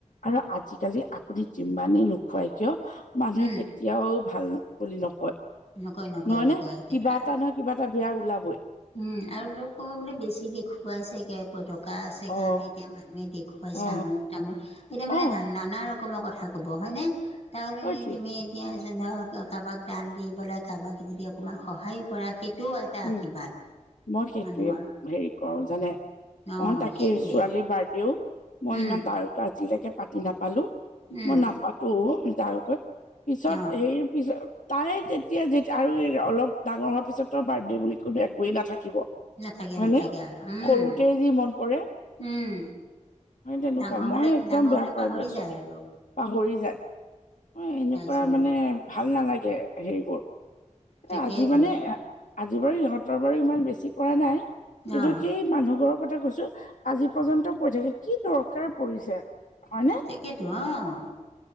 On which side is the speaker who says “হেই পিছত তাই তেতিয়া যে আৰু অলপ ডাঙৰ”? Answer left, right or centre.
Left